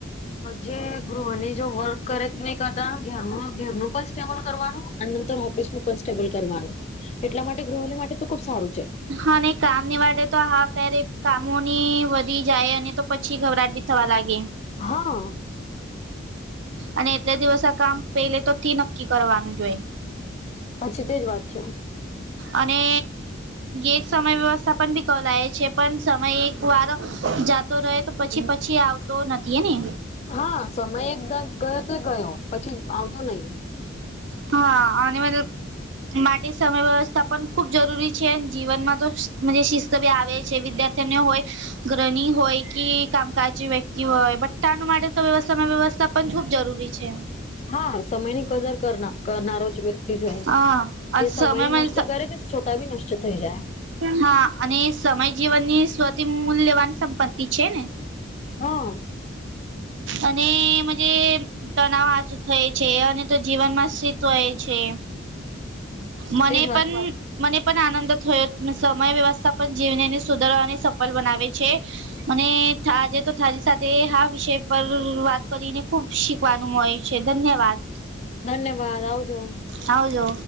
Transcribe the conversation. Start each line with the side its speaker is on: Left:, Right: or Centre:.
Left: જે ગૃહની જો વર્ક કરે નહી કરતા ઘરનું ઘેરનું પણ સ્ટેબલ કરવાનું અનેર ઓફિસ નું પણ સ્ટેબલ કરવાનું એટલા માટે ગૃહની માટે તો ખુબ સારું છે.
Right: હા કામની વા તો હા ક્યારે કામોની વધી જાય અને તો પછી ગબરાટ બી થવા લાગે.
Left: હા
Right: અને એટલા દિવસ આ કામ પેલે તો થી નક્કી કરવાનું જોઈ
Left: પછી તેજ વાત છે
Right: અને એક સમય વ્યવસ્થા પણ પિકવ લ છે પણ સમય એક વાર જાતો રહે તો પછી પછી આવતો નથી એ ને
Left: હા સમય એકદમ ગયો તો ગયો પછી આવતો નહી.
Right: હા અને મ માટે સમય વ્યવસ્થા પણ ખૂબ જરૂરી છે જીવનમાં તો આવે છે વિદ્યાર્થીઓ હોય ગ્રણી હોય કે કામકાજ વ્યક્તિ હોય બટાનું માટે તો વ્યવસ્થામાં વ્યવસ્થા પણ ખૂબ જરૂરી છે
Left: હા સમયની કદર કરનારો જ વ્યક્તિ જો
Right: હા
Left: જે
Right: સમયમાં
Left: સમયને નષ્ટ કરે તે છતાં બી નષ્ટ થઈ જાય
Right: હા અને સમય જીવનની સ્વતી મૂલ્યવાન સંપત્તિ છે ને
Left: હા
Right: અને મજ તણાવ આચું થય છે અને તો જીવન માં સ્થિત હો એ છે મને
Left: તેજ વાત
Right: પણ
Left: છે
Right: મને પણ આનંદ થયો સમય વ્યવસ્થા પણ જીવનને સુદર અને સફળ બનાવે છે અને થ આજે તો થાજી સાથે હા વિષય પર વાત કરીને ખુબ શીખવાનું મળે છે ધન્યવાદ
Left: ધન્યવાદ આવજો
Right: આવજો